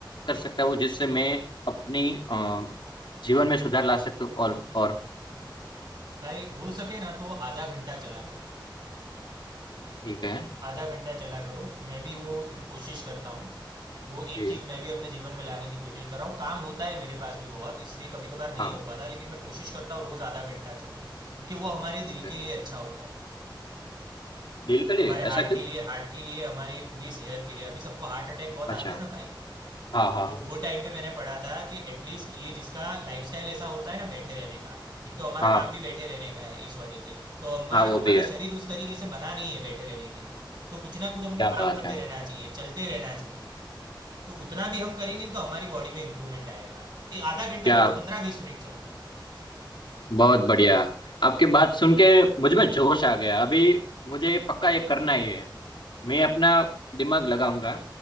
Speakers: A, on the left; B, on the right.
A: कर सकता हूँ जिससे मैं अपनी अ, जीवन में सुधार ला सकता हूँ और और
B: भाई हो सके ना तो आधा घंटा चला करो
A: ठीक है
B: आधा घंटा चला करो मैं भी वो कोशिश करता हूँ वो एक
A: जी
B: चीज़ मैं भी अपने जीवन में लाने की कोशिश कर रहा हूँ काम होता है मेरे पास भी बहुत इसलिए कभी कभार नहीं
A: हाँ
B: हो पाता लेकिन मैं कोशिश करता हूँ रोज़ आधा घंटा चलूँ क्योंकि वो हमारे दिल
A: ओके
B: के लिए अच्छा होता है
A: दिल के
B: हमारे
A: लिए
B: हार्ट
A: ऐसा क्यों
B: के लिए हार्ट के लिए हमारी पूरी सेहत के लिए अभी सबको हार्ट अटैक बहुत
A: अच्छा
B: आते हैं ना भाई
A: हाँ हाँ
B: तो वो टाइम पे मैंने पढ़ा था कि एटलीस्ट ये जिसका लाइफस्टाइल ऐसा होता है ना बैठे रहने का एक तो हमारा
A: हाँ
B: काम भी बैठे रहने का है इस वजह से तो हमारा
A: हाँ वो
B: हमारा
A: भी है
B: शरीर उस तरीके से बना नहीं है बैठे रहने के लिए तो कुछ ना कुछ हमको
A: क्या
B: काम
A: बात
B: करते
A: है
B: रहना चाहिए चलते रहना चाहिए तो उतना भी हम करेंगे तो हमारी बॉडी में इंप्रूवमेंट आएगा ये आधा घंटा
A: क्या
B: नहीं तो पंद्रह बीस मिनट चलो
A: बहुत बढ़िया आपकी बात सुन के मुझ में जोश आ गया अभी मुझे ये पक्का ये करना ही है मैं अपना दिमाग लगाऊंगा